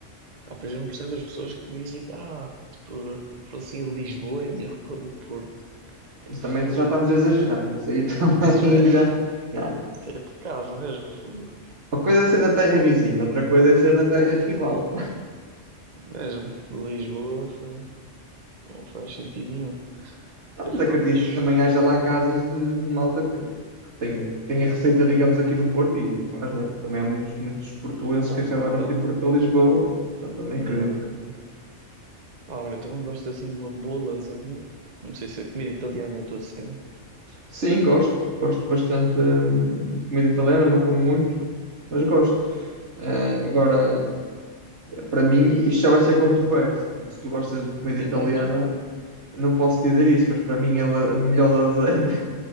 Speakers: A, on the right; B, on the right.
A: Ah, pois eu não percebo as pessoas que dizem, ah, tipo, a francesinha de Lisboa é melhor que a do Porto.
B: Isso
A: Fogo.
B: também já estamos a exagerar, isso aí <laughs> também
A: Isso já é, <laughs>
B: já, já.
A: isso é pecado mesmo, fogo.
B: Uma coisa é ser na terra vizinha, outra coisa é ser na terra rival.
A: Mesmo, Lisboa fogo, não faz sentido nenhum.
B: Não,
A: Mas
B: mas
A: prontos.
B: acredito que também haja lá casas de, de malta que, que tenha, tenha receita, digamos, aqui do Porto e faz, né? Porque também há muitos, muitos portuenses
A: Ah,
B: que acabaram
A: sim, verdade,
B: de ir para Lisboa. Portanto, também
A: verdade,
B: acredito que.
A: verdade. Pá, olha, eu também gosto assim de uma boa lasanha. Não sei se a comida italiana é a tua cena.
B: Sim, gosto. Gosto bastante hum, de comida italiana, não como muito, mas gosto. Eh, agora, para mim, isto já vai ser controverso, porque se tu gostas de comida
A: Diz
B: italiana,
A: lá, diz
B: eu não posso dizer isto, mas para mim ela, a melhor lasanha